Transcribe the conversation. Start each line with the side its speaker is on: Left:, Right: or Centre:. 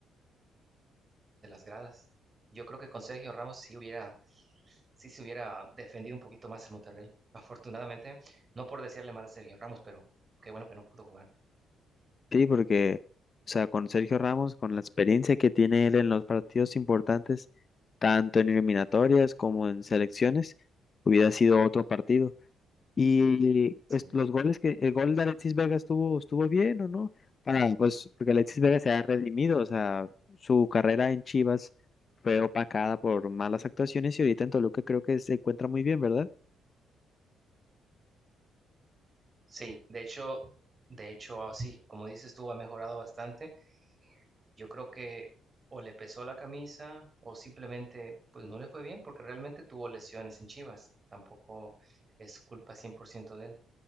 Right: de las gradas. Yo creo que con Sergio Ramos sí hubiera, sí se hubiera defendido un poquito más el Monterrey. Afortunadamente, no por decirle mal a Sergio Ramos, pero qué bueno que no pudo jugar.
Left: Sí, porque, o sea, con Sergio Ramos, con la experiencia que tiene él en los partidos importantes, tanto en eliminatorias como en selecciones, hubiera sido otro partido. Y
Right: Sí.
Left: pues, los goles que, el gol de Alexis Vega estuvo, estuvo bien, ¿o no? Para, pues, porque Alexis Vega se ha redimido, o sea, su carrera en Chivas fue opacada por malas actuaciones y ahorita en Toluca creo que se encuentra muy bien, ¿verdad?
Right: Sí, de hecho, de hecho, ah, sí, como dices tú, ha mejorado bastante. Yo creo que o le pesó la camisa o simplemente pues no le fue bien porque realmente tuvo lesiones en Chivas. Tampoco es culpa 100% de él.